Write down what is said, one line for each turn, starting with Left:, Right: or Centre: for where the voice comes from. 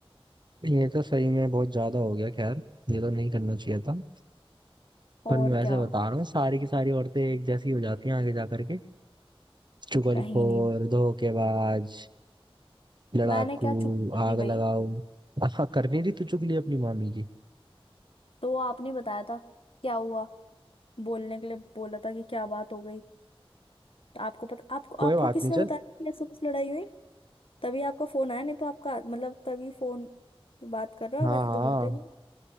Right: ये तो सही में बहुत ज्यादा हो गया खैर ये तो नहीं करना चाहिए था
Left: और
Right: पर मैं वैसे
Left: क्या
Right: बता रहा हूँ सारी की सारी औरतें एक जैसी हो जाती हैं आगे जा करके चुगलखोर
Left: कहीं नहीं
Right: धोखेबाज लड़ाकू
Left: मैंने क्या चुप कर
Right: आग
Left: दी भाई
Right: लगाऊ हाँ करनी थी तो चुगली अपनी मामी की
Left: तो वो आपने बताया था क्या हुआ बोलने के लिए बोला था कि क्या बात हो गई तो आपको पता आपको
Right: कोई
Left: आपको
Right: बात
Left: किसने
Right: नहीं चल
Left: बताया कि ऐसे कुछ लड़ाई हुई तभी आपका फोन आया नहीं तो आपका मतलब तभी फोन बात कर रहे हो
Right: हाँ
Left: वैसे
Right: हाँ
Left: तो करते नहीं